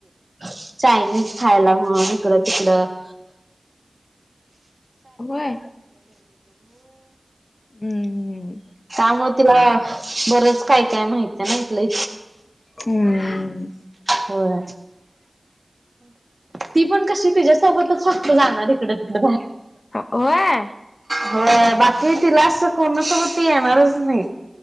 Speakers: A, on the right; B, on the left.
A: <unintelligible> चायनीज खायला म्हणून इकडं तिकडं <unintelligible>
B: होय हम्म
A: त्यामुळे तिला बरंच काय काय माहित आहे ना हितल.
B: हम्म
A: होय. ती पण कशी तिच्यासोबतच फक्त जाणार तिकड तिकड बाहेर
B: होय
A: हो बाकी तिला असं कोणासोबत त येणारच नाही